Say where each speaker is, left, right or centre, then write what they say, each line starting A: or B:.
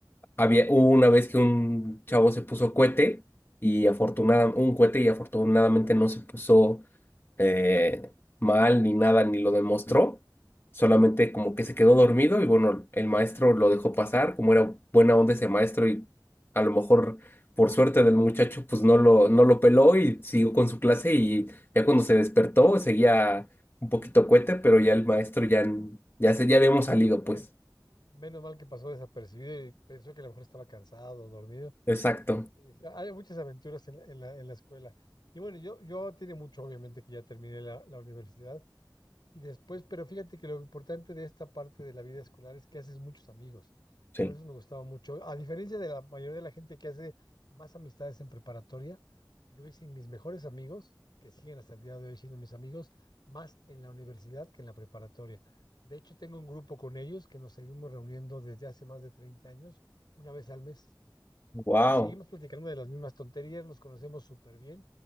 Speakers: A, on the left; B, on the left.
A: había, hubo una vez que un chavo se puso cohete y afortunada,
B: ujú,
A: un cohete y afortunadamente no se puso eh, mal ni nada, ni lo demostró. Solamente
B: ujú.
A: como que se quedó dormido y bueno, el maestro lo dejó pasar, como era buena onda ese maestro y a lo mejor por suerte del muchacho pues no lo, no lo peló y siguió con su clase y ya cuando se despertó seguía un poquito cohete, pero ya el maestro ya, ya se, ya habíamos salido
B: Bueno,
A: pues.
B: menos mal que pasó desapercibido y pensó que a lo mejor estaba cansado, dormido.
A: Exacto.
B: Sí, sí, hay muchas aventuras en la, en la- en la escuela. Y bueno, yo, yo tiene mucho, obviamente, que ya terminé la la universidad Y después, pero fíjate que lo importante de esta parte de la vida escolar es que haces muchos amigos.
A: Sí.
B: Por eso me gustaba mucho. A diferencia de la mayoría de la gente que hace más amistades en preparatoria, yo hice mis mejores amigos, que siguen hasta el día de hoy siendo mis amigos, más en la universidad que en la preparatoria. De hecho, tengo un grupo con ellos que nos seguimos reuniendo desde hace más de 30 años, una vez al mes
A: Wow,
B: y seguimos platicando de las mismas tonterías, nos conocemos súper bien